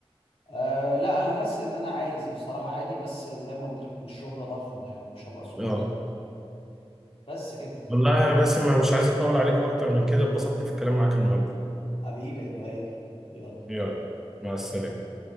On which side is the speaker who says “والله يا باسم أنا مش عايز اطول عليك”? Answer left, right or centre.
Centre